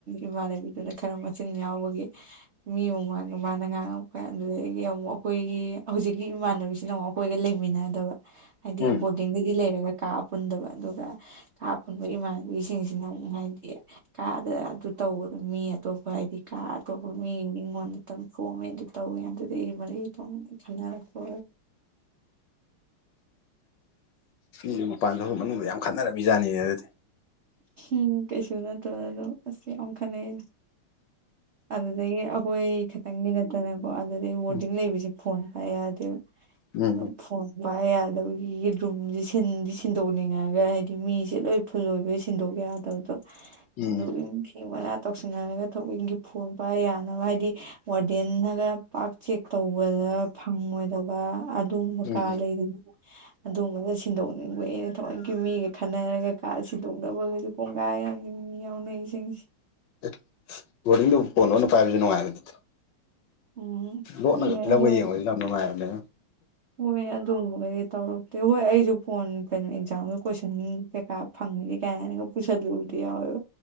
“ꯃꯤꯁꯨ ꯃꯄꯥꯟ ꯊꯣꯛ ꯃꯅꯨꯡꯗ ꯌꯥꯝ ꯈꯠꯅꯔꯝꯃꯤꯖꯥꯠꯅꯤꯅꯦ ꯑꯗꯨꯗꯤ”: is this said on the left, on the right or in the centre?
Left